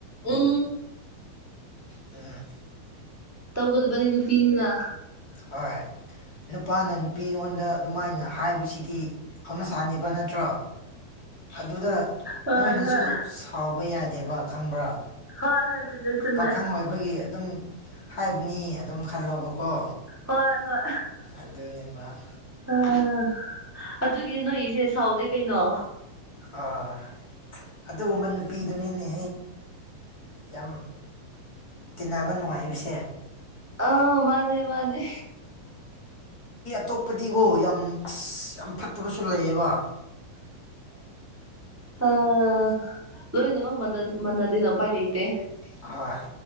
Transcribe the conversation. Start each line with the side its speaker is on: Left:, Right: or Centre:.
Centre: ꯇ
Left: ꯑ
Centre: ꯇꯧꯒꯗꯕꯅꯤ ꯅꯨꯄꯤꯅ
Left: ꯍꯣꯏ ꯅꯨꯄꯥꯅ ꯅꯨꯄꯤ ꯑꯩꯉꯣꯟꯗ ꯑꯗꯨꯃꯥꯏꯅ ꯍꯥꯏꯕꯁꯤꯗꯤ ꯍꯧꯅꯁꯥꯅꯦꯕ ꯅꯠꯇ꯭ꯔꯣ ꯑꯗꯨꯗ
Centre: ꯍꯣꯏ
Left: ꯅꯣꯏꯅꯁꯨ
Centre: ꯍꯣꯏ
Left: ꯁꯥꯎꯕ ꯌꯥꯗꯦꯕ ꯈꯪꯕ꯭ꯔꯥ
Centre: ꯍꯣꯏ ꯍꯣꯏ ꯆꯨꯝꯃꯦ ꯆꯨꯝꯃꯦ
Left: ꯄꯥꯈꯪ ꯑꯣꯏꯕꯒꯤ ꯑꯗꯨꯝ ꯍꯥꯏꯕꯅꯤ ꯑꯗꯨꯝ ꯈꯜꯂꯣꯕꯀꯣ
Centre: ꯍꯣꯏ ꯍꯣꯏ
Left: ꯑꯗꯨꯅꯦꯕ
Centre: ꯎꯝ ꯑꯗꯨꯒꯤ ꯅꯣꯏ ꯏꯁꯦ ꯁꯥꯎꯗꯦ ꯀꯩꯅꯣ
Left: ꯑꯥ ꯑꯗꯨꯒꯨꯝꯕ ꯅꯨꯄꯤꯗꯨꯅꯤꯅꯦꯍ ꯌꯥꯝ ꯇꯤꯟꯅꯕ ꯅꯨꯡꯉꯥꯏꯕꯁꯦ
Centre: ꯑꯥ ꯃꯥꯅꯦ ꯃꯥꯅꯦ
Left: ꯑꯇꯣꯞꯄꯗꯤꯒꯣ ꯌꯥꯝ ꯑꯁ ꯌꯥꯝ ꯐꯠꯇꯕꯁꯨ ꯂꯩꯌꯦꯕ
Centre: ꯑꯝ ꯂꯣꯏꯅꯃꯛ ꯃꯟꯅꯗꯦꯅ ꯎꯄꯥꯏ ꯂꯩꯇꯦ
Left: ꯑ